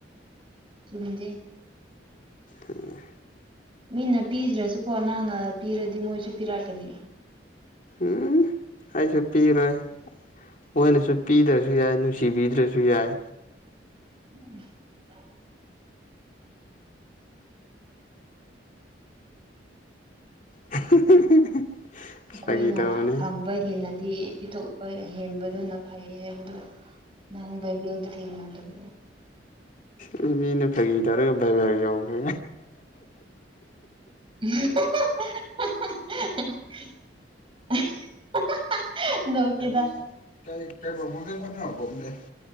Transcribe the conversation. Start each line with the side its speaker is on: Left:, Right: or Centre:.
Right: ꯆꯨꯝꯗꯤ
Left: ꯎꯝ
Right: ꯃꯤꯅ ꯄꯤꯗ꯭ꯔꯁꯨꯀꯣ ꯅꯪꯅ ꯄꯤꯔꯗꯤ ꯃꯣꯏꯁꯨ ꯄꯤꯔꯛꯀꯅꯤ
Left: ꯎꯝ ꯑꯩꯁꯨ ꯄꯤꯔꯦ ꯃꯣꯏꯅꯁꯨ ꯄꯤꯗ꯭ꯔꯁꯨ ꯌꯥꯏ ꯅꯨꯡꯁꯤꯕꯤꯗ꯭ꯔꯁꯨ ꯌꯥꯏ
Right: <unintelligible>
Left: <unintelligible>
Right: ꯑꯩꯈꯣꯏꯅ
Left: ꯇꯧꯕꯅꯦ
Right: ꯐꯪꯕ ꯍꯦꯟꯅꯗꯤ ꯄꯤꯊꯣꯛꯄ ꯍꯦꯟꯕꯗꯨꯅ ꯐꯩ ꯍꯥꯏꯕꯗꯣ ꯅꯪ ꯕꯥꯏꯕꯜꯗ ꯊꯦꯡꯅꯗꯕꯔꯣ
Left: ꯃꯥ ꯃꯤꯅ ꯐꯥꯒꯤ ꯇꯥꯔꯒ ꯕꯥꯏꯕꯜ ꯌꯧꯈ꯭ꯔꯦ
Right: <unintelligible> ꯅꯣꯛꯀꯦꯗ
Left: <unintelligible>